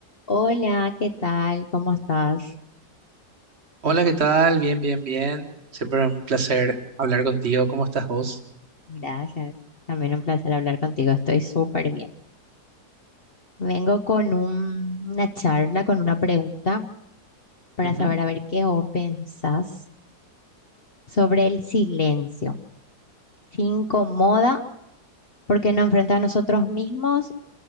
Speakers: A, on the left (about 40°); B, on the right (about 40°).
A: Hola, ¿qué tal? ¿Cómo estás?
B: Hola, ¿qué tal? Bien, bien, bien. Siempre un placer hablar contigo. ¿Cómo estás vos?
A: Gracias. También un placer hablar contigo. Estoy súper bien. Vengo con un- una charla, con una pregunta para
B: Ujú.
A: saber a ver qué vos pensás sobre el silencio. ¿Se incomoda porque nos enfrenta a nosotros mismos